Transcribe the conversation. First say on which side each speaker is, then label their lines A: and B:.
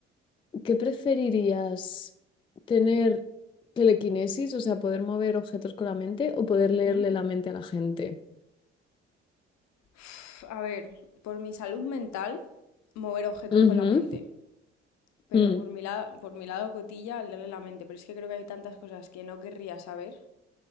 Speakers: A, on the left; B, on the left.
A: ¿Qué preferirías? ¿Tener telequinesis, o sea, poder mover objetos con la mente o poder
B: Ujú.
A: leerle la mente a la gente?
B: Uf, A ver, por mi salud mental, mover objetos
A: Ujú,
B: con la mente. Pero
A: mm,
B: por mi lado, por mi lado cotilla, leerle la mente. Pero es que creo que hay tantas cosas que no querría saber.